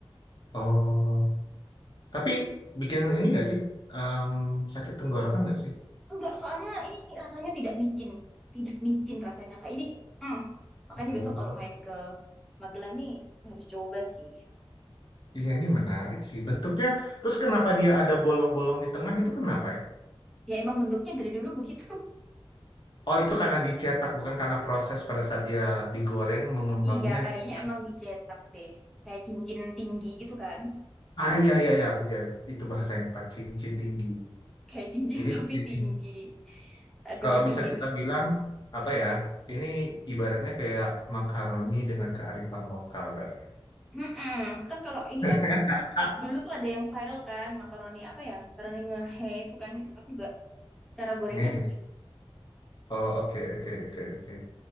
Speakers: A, on the left; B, in the centre.
A: Oh, tapi bikin ini nggak sih? Em, sakit tenggorokan nggak sih?
B: Enggak, soalnya ini rasanya tidak micin. Tidak micin rasanya kayak ini. hmm. Makanya
A: Oh.
B: besok kalau main ke Magelang nih harus coba sih.
A: Iya, ini menarik sih bentuknya. Terus kenapa dia ada bolong-bolong di tengah itu kenapa ya?
B: Ya emang bentuknya dari dulu begitu.
A: Oh, itu karena dicetak bukan karena proses pada saat dia digoreng mengembangnya.
B: Iya, kayaknya
A: sedang-
B: emang dicetak deh. Kayak cincin tinggi gitu kan.
A: Ah, iya, iya, iya, iya. Itu bahasa yang tepat, cincin tinggi.
B: Kayak cincin
A: Ini
B: <laughs> tapi
A: cincin
B: tinggi.
A: tinggi.
B: Aduh,
A: Kalau bisa
B: di sini.
A: kita bilang apa ya? Ini ibaratnya kayak makaroni dengan kearifan lokal kali.
B: Mm-mm. Kan kalau ini
A: <laughs>
B: kan
A: Ah.
B: dulu tuh ada yang viral kan, makaroni apa ya? Makaroni ngehe itu kan, itu kan juga cara gorengnya
A: Ngeh.
B: begitu
A: Oh oke oke oke oke.